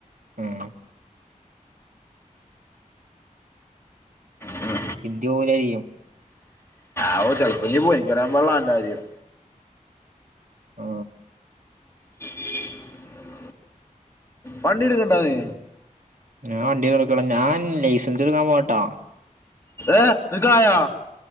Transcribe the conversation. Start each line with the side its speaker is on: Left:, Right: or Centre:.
Right: ആമ്
Left: ഉം
Right: ഇന്ദി പോവൂലായിരിക്കും
Left: ആവു ചെലപ്പോങ്കി പോയിക്കാൻക്കറിയാപാടില്ല ഓന്റെ കാര്യം
Right: ആ
Left: <inaudible> വണ്ടിടുക്ക്ണ്ടായ്യ്
Right: ഞാൻ വണ്ടിട്ക്ക്ല്ല ഞാൻ ലൈസൻസ് ഇട്ക്കാപോട്ടാ
Left: <inaudible> ഏ ക്കായോ